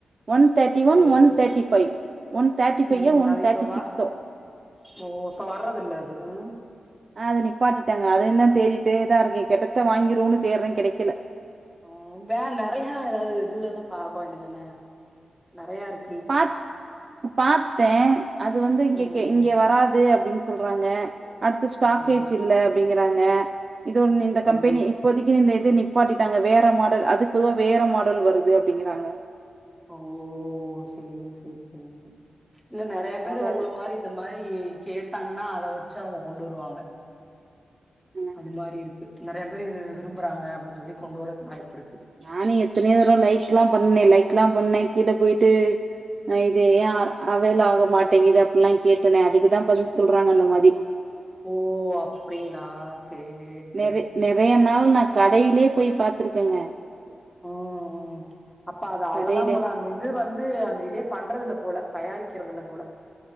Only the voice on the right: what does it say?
ஒன் தேட்டி ஒன்
ஒன் தேட்டி ஃபைவ் ஒன் தாட்டி ஃபையா
ஒன்
தாட்டி
சிக்ஸோ
ஆ அத நிப்பாட்டிட்டங்க அது என்ன தேடிட்டேதா இருக்கே கெடச்சா வாங்கிரோன்னு தேறே கெடைக்கல
பாத் உபாத்தே அது வந்து இங்கக்கே
இங்கே வராது அப்டின்ஸ் சொல்றாங்க அடுத்து ஸ்டாக்கேஜ்
இல்ல அப்பிடிங்கிறாங்க இது ஒன்னு இந்த கம்பெனி
இப்போதை இந்த இது நிப்பாட்டிட்டாங்க வேற மாடல் அதுக்கு பொதுவா வேற மாடல் வருது அப்டிங்கிறாங்க
அதனால
அஹ்,
நானு எத்தனையோ தடவ லைக்லா பண்ணே லைக்லா பண்ணே கீழ போயிட்டு ஆ இது ஏ அவைல் ஆகமாட்டேங்கிது அப்பில்லா கேட்டேனே அதுக்குதா பதில் சொல்றாங்க அந்த மாரி
நெற
நெறைய நாள் நா கடையிலயே போய் பாத்திருக்கேங்க
கடையிலே